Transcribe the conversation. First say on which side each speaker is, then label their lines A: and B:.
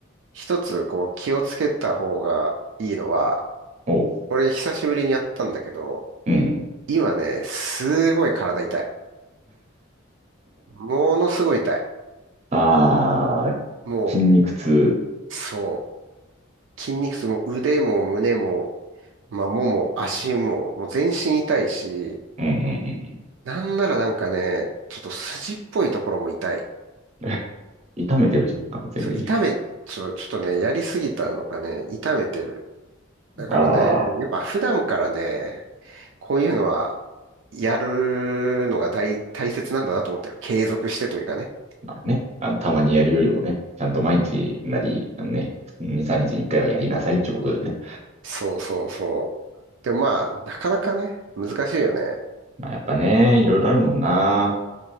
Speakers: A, on the right; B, on the right.
A: 一つこう気をつけた方がいいのは、
B: お、
A: 俺久しぶりにやったんだけど、
B: うん。
A: 今ね、すごい体痛い。ものすごい痛い。
B: ああ、
A: もう、
B: 筋肉痛。
A: そう筋肉痛も腕も胸も、まあ、もも、足も、もう全身痛いし、
B: うんうん
A: なんならなんかね、ちょっと筋っぽいところも痛い。
B: うん痛めてるじゃん、完全に。
A: そう、痛め、ちょ、ちょっとね、やりすぎたのかね、痛めてる。だからね、
B: ああ、
A: やっぱ普段からね、こういうのはやるのが大、大切なんだなと思ったよ。継続してというかね。
B: ね。あの、たまにやるよりもね、ちゃんと毎日なり、あのね、2、3日に1回はやりなさいってことでね。
A: そうそうそう。でもまあ、なかなかね、難しいよね。
B: まあ、やっぱね、いろいろあるもんな。